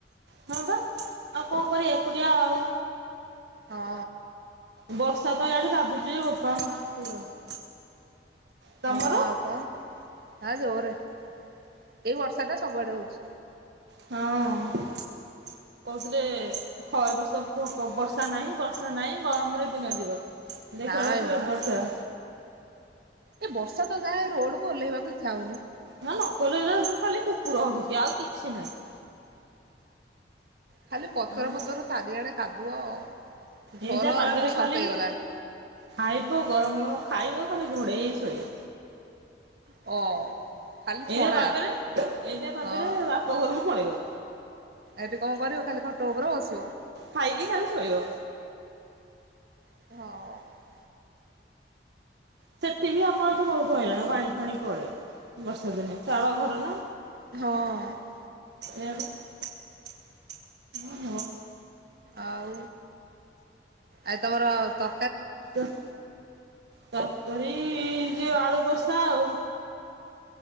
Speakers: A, on the right; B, on the right.
A: ହଁ ବା ଆଉ କଣ କରିବା ଏକୁଟିଆ ଆଉ।
B: ହଁ।
A: ବର୍ଷା ତ ଇଆଡ଼େ ଗାଜୁଚି ଯେ ବୋପା ମାଆ କୁହନି। ତମର?
B: ହଁ ଆଉ କଣ? ହଁ ଜୋରେ। ଏଇ ବର୍ଷା ଟା ସବୁଆଡେ ହଉଛି।
A: ହଁ କହୁଥିଲେ ଖ-ଏ ବର୍ଷ ପକ ବର୍ଷା ନାହିଁ ବର୍ଷା ନାଇଁ ଗରମରେ ଦିନ ଯିବ। ଦେଖିଲା
B: ନାଇଁ
A: ବେଳକୁ
B: ମ
A: ଏ ବର୍ଷା
B: ଏ ବର୍ଷା ତ ଯାହା ଏ ରୋଡ୍ କୁ ଓଲ୍ହେଇବାକୁ ଇଚ୍ଛା ହଉନି।
A: ହଁ ନକଲେ ଏଇରା ଯୋଉ ଖାଲି କୁକୁର ହଗିଚି ଆଉ କିଛି ନାହିଁ।
B: ଖାଲି ପଚର
A: ଆଉ
B: ପଚର ଚାରିଆଡେ କାଦୁଅ।
A: ଏମତିଆ
B: ଘରରା
A: ପାଗରେ
B: ବି ସନ୍ତେଇ
A: ଖାଲି
B: ଗଲାଣି
A: ଖାଇବୁ, ଗରମ ଗରମ ଖାଇବ ଖାଲି ଘୋଡ଼େଇ ହେଇ ଶୋଇବ।
B: ଅ, ଖାଲି ଛଣା
A: ଏମତିଆ ପାଗରେ ଏମତିଆ ପାାଗରେ
B: ହଁ
A: ବାପ ଘରକୁ ପଳେଇବ।
B: ଏଠି କଣ କରିବ ଖାଲି ଖଟ ଉପରେ ବସିବ।
A: ଖାଇକି ଖାଲି ଶୋଇବ।
B: ହଁ।
A: ସେଠି ବି ଆମର ତ ବୋହୁତ ହଇରାଣ ପାଣି ଫାଣି ପଡେ। ବର୍ଷା ଦିନେ ଚାଳ ଘର ନା।
B: ହଁ।
A: ସେୟାପା ହୋଉ।
B: ଆଉ ଆଜି ତମର ତ
A: ତର୍ ତରକାରୀ ଯୋଉ ଆଳୁ କଷା ଆଉ।